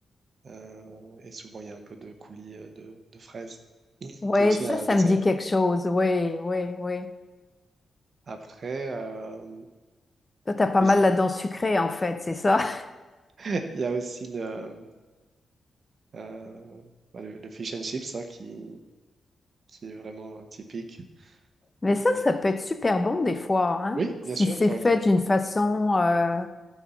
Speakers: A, on the right; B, on the left.
A: euh, et souvent il y a un peu de coulis euh, de de fraises
B: Oui,
A: qui est aussi
B: ça,
A: un
B: ça
A: dessert
B: me dit quelque chose. Oui, oui, oui.
A: Après, euh,
B: Toi, t'as pas
A: ils
B: mal
A: ont-
B: là-dedans sucré, en fait, c'est ça. <laughs>
A: <laughs> il y a aussi le, euh, bah, le, le fish and chips hein, qui, qui est vraiment typique.
B: Mais
A: Et-
B: ça, ça peut être super bon des fois, hein.
A: oui,
B: Si
A: bien sûr,
B: c'est
A: quand
B: fait
A: il est...
B: d'une façon, euh,